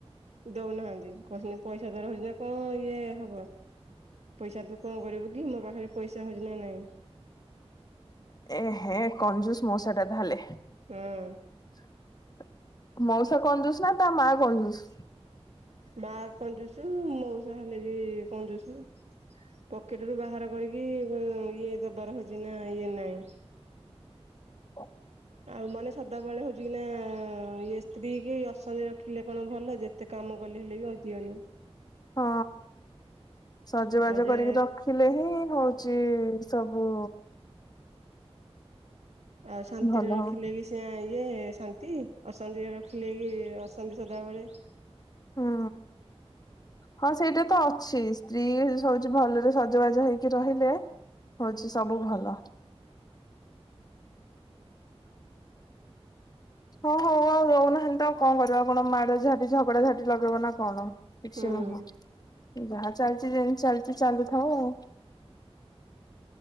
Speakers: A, on the right; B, on the left.
A: ଦଉନାହାନ୍ତି କହିଲେ ପଇସା ଦର ହଉଛି ନା କ ଇଏ ହବ ପଇସା ତୁ କଣ କରିବୁ କି ମୋ ପାଖରେ ପଇସା ହଉଛି ନା ନାଇଁ
B: ଏ ହେ କନଜୁସ ମସା ଟା ତାହଲେ।
A: ହଁ
B: <inaudible> ମଉସା କଯୁସ ନା ତା ମା କନଯୁସ?
A: ମା କଞ୍ଜୁସ ମଉସା ହେଲେ ବି କଞ୍ଜୁସ୍ ପକେଟ ରୁ ବାହାର କରିକି ଇଏ ଦବାର ହଉଛି ନା ଇଏ ନାଇଁ।
B: ହଁ
A: ଆଉ ମନେ ସଦାବେଳେ ହଉଛି କି ନା ଇଏ ସ୍ତ୍ରୀ କି ଅସାନ୍ତି ରଖିଲେ କଣ ଭଲ କି? ଯେତେ କାମ କଲେ ହେଲେ ବି ଅଣ୍ଟିବନି।
B: ହଁ। ସଜବାଜ
A: ଆଉ ଯେ
B: କରିକି ରଖିଲେ ହିଁ ହଉ ଚି ସବୁ
A: ଆଉ ଶାନ୍ତିରେ
B: ଭଲ
A: ରଖିଲେ
B: ହବ
A: କି ସେଇଁ ଏ ଶାନ୍ତି ଅଶାନ୍ତି ରଖିଲେ କି ଅଶାନ୍ତି ସଦାବେଳେ।
B: ହୁଁ ହଁ ସେଇଟା ତ ଅଛି ସ୍ତ୍ରୀ ସଉଛି ଭଲରେ ସଜବାଜ ହେଇକି ରହିଲେ ହଉଛି ସବୁ ଭଲ। ହଁ ହଉ ଆଉ ରହୁନାହାଁନ୍ତି ତ ଆଉ କଣ କରିବା ଆଉ କଣ ମାଡ଼ ଝାଟି ଝଗଡା ଝାଟି ଲଗେଇବ ନା କଣ? କିଛି
A: ହୁଁ
B: ନୁହଁ। ଯାହା ଚାଲିଛି ଯେମିତି ଚାଲିଛି ଚାଲୁଥାଉ ଆଉ।